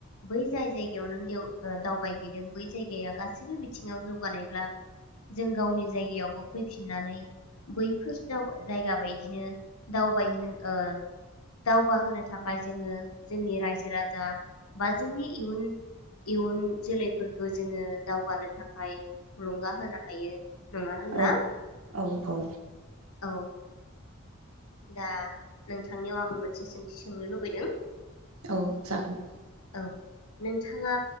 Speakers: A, on the left (about 85°); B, on the right (about 85°).
A: बै जाय जायगायाव नों देव ओ दावबायहैदों बै जायगाया गासैबो बिथिङाव जौगानायब्ला जों गावनि जायगायावबो फैफिननानै बैफोर जाव जायगा बायदिनो दावबाय होन ओ दाव गवा होनो थाखाय जोङो जोंनि रायजो राजा बा जोंनि इयुन इयुन जोलैफोरखौ जोङो दावगानो थाखाय थुलुंगा होनो हायो। नङा होनब्ला
B: औ औ औ
A: औ दा नोंथांनियाव आंबो मोनसे सोंथि सोंनो लुबैदों
B: औ जागोन।
A: औ नोंथाङा